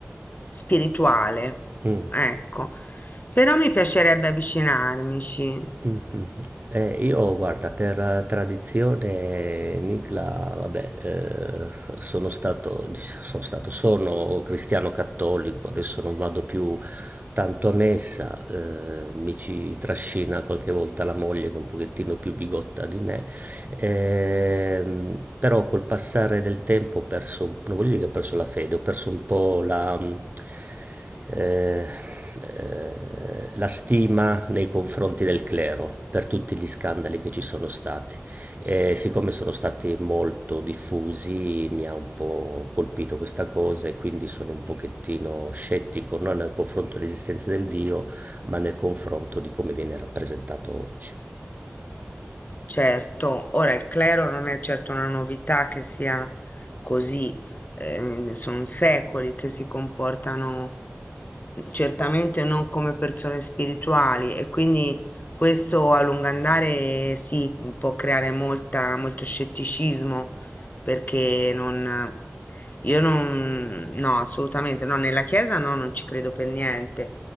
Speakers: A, on the left (about 40°); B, on the right (about 40°).
A: spirituale.
B: Mh,
A: Ecco, però mi piacerebbe avvicinarmici.
B: mh-mh. Eh, io guarda, per eh, tradizione Nicla, vabbè, ehm, sono stato dic sono stato sono cristiano cattolico, adesso non vado più tanto a messa, ehm, mi ci trascina qualche volta la moglie che è un pochettino più bigotta di me, Ehm, però col passare del tempo ho perso, non voglio dire che ho perso la fede, ho perso un po' la, mm, eh, eh, la stima nei confronti del clero per tutti gli scandali che ci sono stati. E siccome sono stati molto diffusi, mi ha un po' colpito questa cosa e quindi sono un pochettino scettico, non nel confronto dell'esistenza del Dio, ma nel confronto di come viene rappresentato oggi.
A: Certo, ora il clero non è certo una novità che sia così, ehm, sono secoli che si comportano certamente non come persone spirituali e quindi questo a lungo andare sì, m, può creare molta, molto scetticismo perché non, io non, no, assolutamente no, nella Chiesa no, non ci credo per niente